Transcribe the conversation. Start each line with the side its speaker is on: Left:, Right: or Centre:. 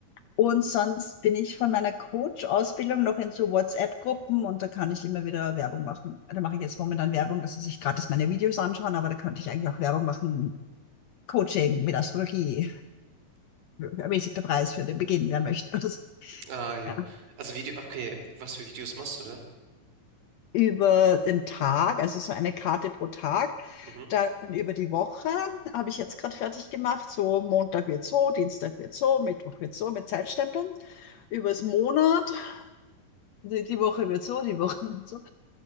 Left: Und sonst bin ich von meiner Coach-Ausbildung noch in so WhatsApp-Gruppen und da kann ich immer wieder Werbung machen. Da mache ich jetzt momentan Werbung, dass sie sich gratis meine Videos anschauen, aber da könnte ich eigentlich auch Werbung machen. Coaching mit Astrologie. Ermäßigter Preis für den Beginn, wer möchte. <laughs> Oder so.
Right: Ah, ja.
Left: Ja.
Right: Also Video, okay, was für Videos machst du denn?
Left: über den Tag, also so eine Karte pro Tag.
Right: Mhm.
Left: Dann über die Woche habe ich jetzt gerade fertig gemacht. So Montag wird so, Dienstag wird so, Mittwoch wird so mit Zeitstempeln. Übers Monat, die, die Woche wird so, die Woche wird so.